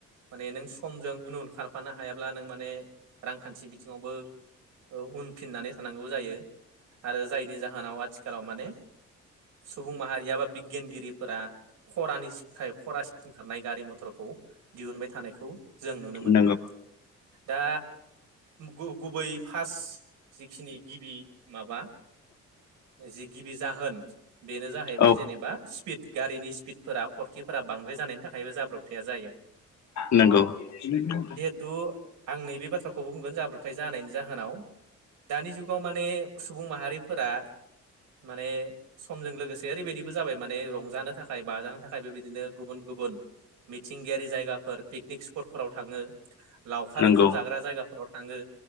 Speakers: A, on the right; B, on the left.
A: माने नों समजों उन-उन खारफानो हायाब्ला नों माने रांखान्थि बिथिङावबो ओ उनफिननानै थानांगौ जायो आरो जायनि जा थिखालाव माने सुबुं माहारिया बा बिगियानगिरिफोरा ख'रानिसफ्राय ख'रा ओंखारनाय गारि-मथरखौ दिहुनबाय थानायखौ जों नुनो मोनदों।
B: नंगौ
A: दा गु- गुबै फास जिखिनि गिबि माबा जि गिबि जाहोन बेनो जाहैबाय
B: औ
A: जेनेबा स्पिद गारिनि स्पिडफोरा खरथिफोरा बांद्राय जानायनि थाखायबो जाब्र'बथाया जायो। <inaudible>
B: नंगौ। <inaudible>
A: थ' आं नैबे बाथ्राखौबो बुंगोन जाब्रथाय जानायनि जाहोनाव दानि जुगाव माने सुबुं माहारिफोरा माने समजों लोगोसे ओरैबायदि बो जाबाय माने रंजानो थाखाय बाजानो थाखाय बेबायदिनो गुबुन- गुबुन मिथिंगायारि जायगाफोर पिकनिक स्पटफोराव थाङो लावखार
B: नंगौ
A: ओंखाम जाग्रा जायगाफोर फोराव थाङो